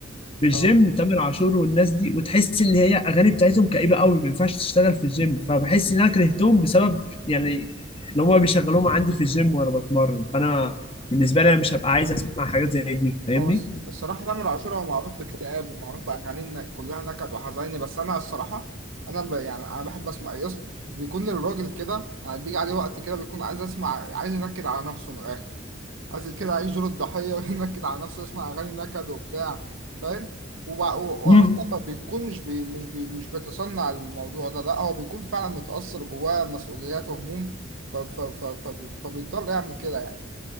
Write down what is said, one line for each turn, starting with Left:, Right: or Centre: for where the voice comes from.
Left: في الجيم
Right: لا
Left: تامر عاشور والناس دي وتحس ان هي اغاني بتاعتهم كئيبه قوي ما ينفعش تشتغل في الجيم فبحس ان انا كرهتهم بسبب يعني اللي هم بيشغلوهم عندي في الجيم وانا بتمرن فانا بالنسبه لي انا مش هبقى عايز اسمع حاجات زي دي فاهمني
Right: هو الص- الصراحة تامر عاشور هو معروف باكتئاب ومعروف بأغاني إن كلها نكد وحزيني بس أنا الصراحة أنا ب... يعني أنا بحب أسمع يس بيكون الراجل كده يعني بيجي عليه وقت كده بيكون عايز أسمع عايز ينكد على نفسه من الآخر عايز كده يعيش دور الضحية <laughs> وينكد على نفسه يسمع أغاني نكد وبتاع فاهم وب... و...
Left: مم.
Right: وأصلا ما بيكون مش بي... مش بي... مش بيتصنع الموضوع ده لا هو بيكون فعلا متأثر جواه مسؤوليات وهموم ف... ف... ف... ف... فبيضطر يعمل كده يعني